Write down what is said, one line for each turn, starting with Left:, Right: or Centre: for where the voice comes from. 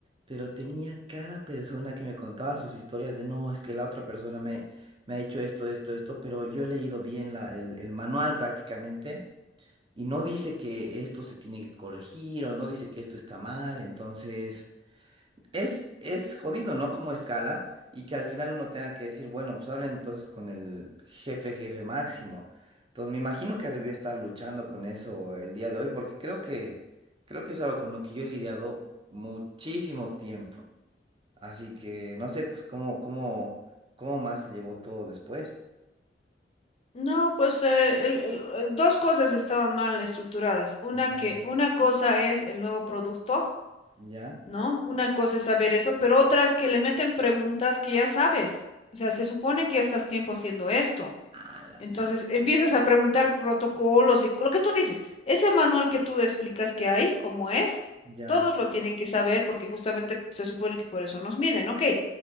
Right: Pero tenía cada persona que me contaba sus historias de, no, es que la otra persona me, me ha hecho esto, esto, esto, pero yo he leído bien la- el, el manual prácticamente y no dice que esto se tiene que corregir o no dice que esto está mal, entonces... Es, es jodido, ¿no? Como escala y que al final uno tenga que decir, bueno, pues hablen entonces con el jefe, jefe máximo. Entonces me imagino que has debido estar luchando con eso el día de hoy, porque creo que, creo que es algo con lo que yo he lidiado muchísimo tiempo. Así que no sé, pues cómo, cómo, cómo más se llevó todo después.
Left: No, pues eh, el- el- el- dos cosas estaban mal estructuradas. Una
Right: Ya,
Left: que una cosa es el nuevo producto,
Right: ya.
Left: ¿no? Una cosa es saber eso, pero otra es que le meten preguntas que ya sabes. O sea, se supone que ya estás tiempo haciendo esto.
Right: Ah, la
Left: Entonces
Right: mierda.
Left: empiezas a preguntar protocolos y lo que tú dices, ese manual que tú explicas que hay, cómo es,
Right: Ya.
Left: todos lo tienen que saber porque justamente se supone que por eso nos miden, ¿ok?